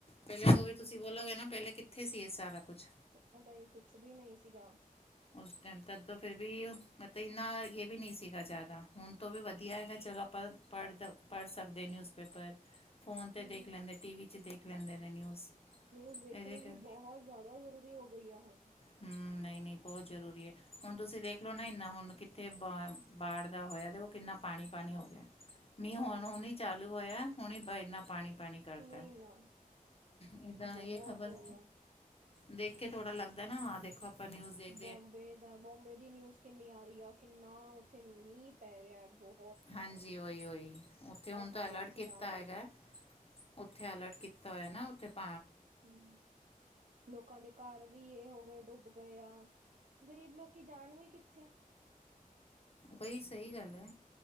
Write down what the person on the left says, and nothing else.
ਪਹਿਲੇ ਤੋਂ ਵੀ ਤੁਸੀਂ ਬੋਲੋਗੇ ਨਾ ਪਹਿਲੇ ਕਿੱਥੇ ਸੀ ਇਹ ਸਾਰਾ ਕੁਛ
ਉਸ ਟਾਈਮ ਤਦੋਂ ਫਿਰ ਵੀ ਮਤਲਬ ਇੰਨਾ ਇਹ ਵੀ ਨਹੀਂ ਸੀਗਾ ਜ਼ਿਆਦਾ ਹੁਣ ਤੋਂ ਵੀ ਵਧੀਆ ਹੈਗਾ ਚਲੋ ਆਪਾਂ ਪੜ੍ਹਦਾ ਪੜ੍ਹ ਸਕਦੇ ਨਿਊਜ਼ਪੇਪਰ ਫੋਨ 'ਤੇ
ਦੇਖ ਲੈਂਦੇ, ਟੀ ਵੀ 'ਚ ਦੇਖ ਲੈਂਦੇ ਨੇ ਨਿਊਜ਼
ਇਹਦੇ
ਕਰ
ਹਮ, ਨਹੀਂ- ਨਹੀਂ ਬਹੁਤ ਜ਼ਰੂਰੀ ਹੈ ਹੁਣ ਤੁਸੀਂ ਦੇਖ ਲੋ ਨਾ ਇੰਨਾ ਹੁਣ ਕਿੱਥੇ ਬ ਬਾੜ ਦਾ ਹੋਇਆ ਕਿੰਨਾ ਪਾਣੀ ਪਾਣੀ ਹੋ ਗਿਆ, ਮੀਂਹ
ਹੁਣ ਹੁਣ ਹੀ ਚਾਲੂ ਹੋਇਆ ਹੁਣ ਇੰਨਾ ਪਾਣੀ- ਪਾਣੀ ਕਰਤਾ
ਇਹ ਤਾਂ
ਇਹ ਖਬਰ
ਦੇਖ ਕੇ ਥੋੜਾ ਲੱਗਦਾ ਨਾ ਹਾਂ ਦੇਖੋ ਆਪਾਂ ਨਿਊਜ਼ ਦੇਖ
ਹਾਂਜੀ ਓਹੀ- ਓਹੀ ਉੱਥੇ ਹੁਣ ਤਾਂ
ਅਲਰਟ
ਕੀਤਾ
ਹੈਗਾ ਉੱਥੇ ਅਲਰਟ ਕੀਤਾ ਹੋਇਆ ਨਾ ਉੱਥੇ ਭ
ਬਈ ਸਹੀ ਗੱਲ ਹੈ